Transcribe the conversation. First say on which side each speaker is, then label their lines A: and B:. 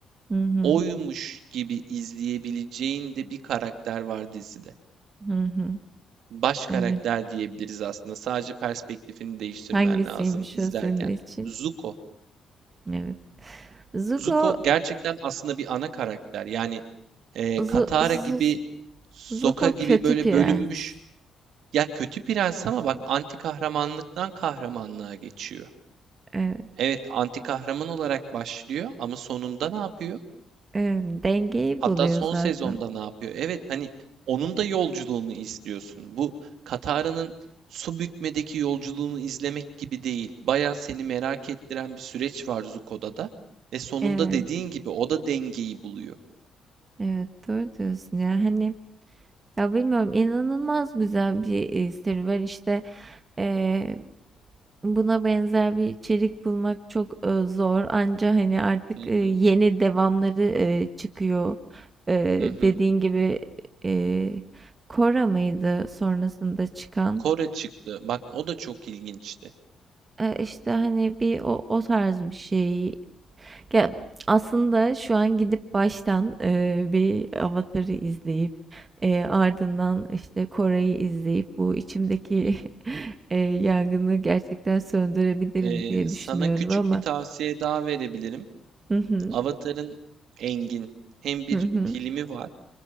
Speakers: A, on the right (about 30°); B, on the right (about 75°).
A: hı hı,
B: oymuş gibi izleyebileceğin de bir karakter var dizide.
A: hı hı.
B: Baş karakter
A: Evet.
B: diyebiliriz aslında. Sadece perspektifini değiştirmen
A: Hangisiymiş
B: lazım izlerken.
A: o senin için?
B: Zuko.
A: Evet. Zuko,
B: Zuko gerçekten aslında bir ana karakter. Yani e,
A: Zu,
B: Katara
A: Zu,
B: gibi, Sokka
A: Zuko
B: gibi
A: kötü
B: böyle
A: prens.
B: bölünmüş. Ya kötü prens ama bak anti kahramanlıktan kahramanlığa geçiyor.
A: Evet,
B: Evet, anti kahraman olarak başlıyor ama sonunda ne yapıyor?
A: evet. Dengeyi
B: Hatta
A: buluyor
B: son
A: zaten.
B: sezonda ne yapıyor? Evet, hani onun da yolculuğunu izliyorsun. Bu Katara'nın su bükmedeki yolculuğunu izlemek gibi değil. Bayağı seni merak ettiren bir süreç var Zuko'da da ve sonunda
A: Evet,
B: dediğin gibi o da dengeyi buluyor.
A: evet doğru diyorsun ya. Hani Ya bilmiyorum inanılmaz güzel bir e, serüven işte e, buna benzer bir içerik bulmak çok e, zor anca hani artık
B: Hı
A: e, yeni
B: hı,
A: devamları e, çıkıyor E,
B: hı hı.
A: dediğin gibi e, Cora mıydı sonrasında çıkan
B: Kore çıktı. Bak o da çok ilginçti.
A: E, işte hani bir o, o tarz bir şey Ya aslında şu an gidip baştan eee, bir Avatar'ı izleyip eee, ardından işte Kore'yi izleyip bu içimdeki
B: Hı hı.
A: <laughs> eee, yangını gerçekten söndürebilirim
B: Ee,
A: diye
B: sana
A: düşünüyorum
B: küçük
A: ama
B: bir tavsiye daha verebilirim.
A: hı hı
B: Avatar'ın Engin hem bir
A: hı hı.
B: filmi var.